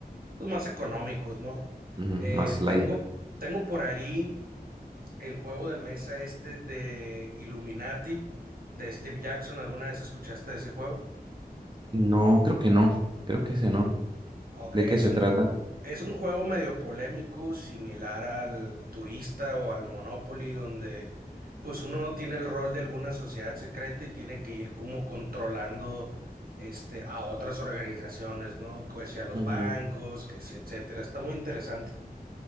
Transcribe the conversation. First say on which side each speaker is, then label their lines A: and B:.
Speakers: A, on the right; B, on the right.
A: pues más económicos, ¿no?
B: ujú.
A: Eh,
B: Más light.
A: tengo, tengo por ahí el juego de mesa este de Illuminati, de Steve Jackson, ¿alguna vez escuchaste de ese juego?
B: No, creo que no. Creo que ese no.
A: Ok,
B: ¿De
A: es
B: qué se
A: un,
B: trata?
A: Es un juego medio polémico, similar al turista o al Monopoly, donde pues uno tiene el rol de alguna sociedad secreta y tiene que ir como controlando este a otras organizaciones, ¿no? Que si a los
B: Ujú.
A: bancos, que si etcétera. Está muy interesante.